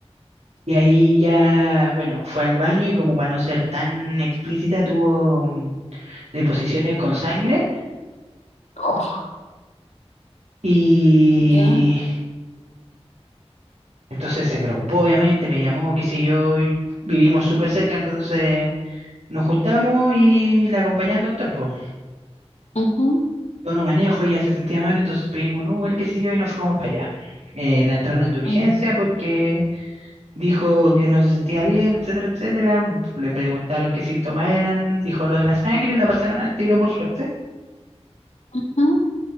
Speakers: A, on the right; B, on the left.
A: Y ahí ya, bueno, fue al baño y como para no ser tan explícita, tuvo mm, deposiciones con sangre
B: Oh,
A: y
B: ya,
A: entonces se preocupó, obviamente, me llamó, qué sé yo, y vivimos súper cerca, entonces nos juntamos y la acompañé al doctor, pues.
B: ujú,
A: Yo no manejo, ella se sentía mal, entonces pedimos un Uber, qué sé yo, y nos fuimos para allá. Eh, la entraron de urgencia
B: ya,
A: porque dijo que no se sentía bien, etcétera, etcétera. Le preguntaron qué síntomas eran, dijo lo de la sangre y la pasaron al tiro por suerte.
B: ujú,